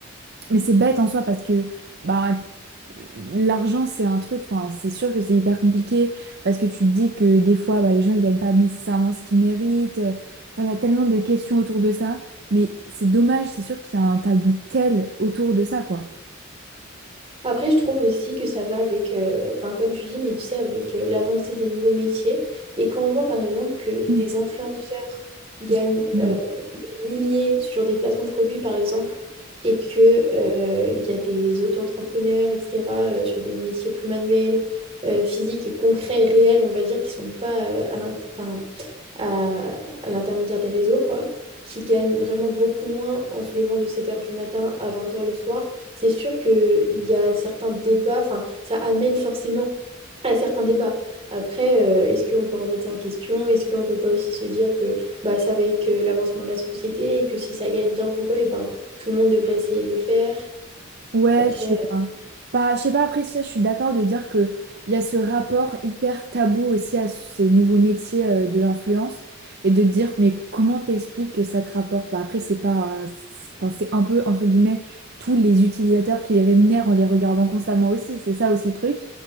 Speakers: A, on the right; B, on the right.
A: Mais c'est bête en soi parce que bah, L'argent, c'est un truc, enfin, c'est sûr que c'est hyper compliqué parce que tu te dis que des fois, bah, les gens, ils gagnent pas nécessairement ce qu'ils méritent. euh, Enfin, il y a tellement de questions autour de ça, mais c'est dommage, c'est sûr qu'il y a un tabou tel autour de ça, quoi.
B: Après, je trouve aussi que ça va avec, euh, enfin, comme tu dis, mais tu sais, avec euh, l'avancée des nouveaux métiers. Et quand on voit, par exemple, que des
A: Mm.
B: influenceurs gagnent
A: J'admire.
B: euh, des milliers sur des placements de produits, par exemple, et que, euh, il y a des auto-entrepreneurs, etc., euh, sur des métiers plus manuels, euh, physiques et concrets et réels, on va dire, qui sont pas euh, à l'int- 'fin, à, à l'intermédiaire des réseaux, quoi, qui gagnent vraiment beaucoup moins en se levant de sept heures du matin à vingt heures le soir, c'est sûr qu'il y a certains débats, enfin, ça amène forcément à certains débats. Après, euh, est-ce qu'on peut remettre ça en question? Est-ce qu'on peut pas aussi se dire que bah, ça va avec euh, l'avancement de la société et que si ça gagne bien pour eux, et ben, tout le monde devrait essayer de le faire?
A: Ouais,
B: Après,
A: je sais pas. Bah, je sais pas, après ça, je suis d'accord de dire que il y a ce rapport hyper tabou aussi à ces nouveaux métiers euh, de l'influence et de dire, mais comment t'expliques que ça te rapporte? Bah, après, c'est pas, euh, c'est- enfin, c'est un peu, entre guillemets, tous les utilisateurs qui les rémunèrent en les regardant constamment aussi, c'est ça aussi le truc.